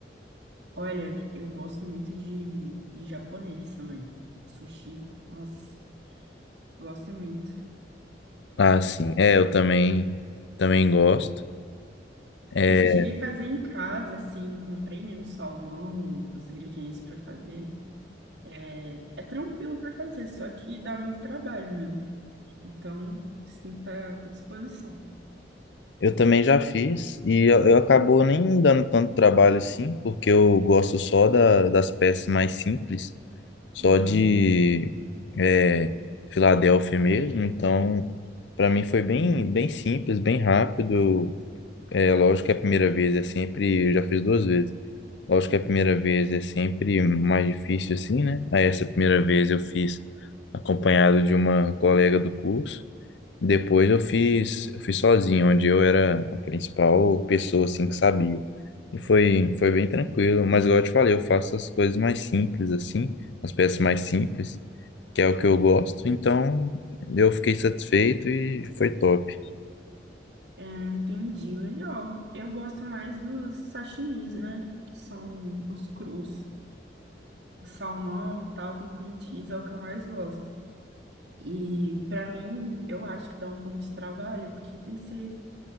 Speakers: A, on the right (about 60°); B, on the left (about 80°).
A: olha, eu gosto muito de, de japonês também. Sushi, nossa, gosto muito.
B: Ah, sim. É, eu também,
A: Eu,
B: também gosto. É,
A: eu já cheguei a fazer em casa, assim, comprei, né, o salmão, os ingredientes para fazer. É, é tranquilo para fazer, só que dá mais trabalho, né? Então, você tem que estar com disposição.
B: eu também já fiz e eu, eu acabou nem dando tanto trabalho assim, porque eu gosto só da, das peças mais simples, só
A: Uhum.
B: de é, Filadélfia mesmo. Então, para mim foi bem, bem simples, bem rápido. É lógico que a primeira vez é sempre, eu já fiz duas vezes. Lógico que a primeira vez é sempre mais difícil assim, né? Aí essa primeira vez eu fiz acompanhado de uma colega do curso. Depois eu fiz, eu fiz sozinho, onde eu era a principal pessoa assim que sabia. E foi, foi bem tranquilo, mas igual eu te falei, eu faço as coisas mais simples assim, as peças mais simples, que é o que eu gosto. Então eu fiquei satisfeito e foi top.
A: É, entendi, legal. Eu gosto mais dos sashimis, né? Que são os crus, de salmão e tal, com cream cheese é o que eu mais gosto. E pra mim, eu acho que dá um pouco de trabalho, porque tem que ser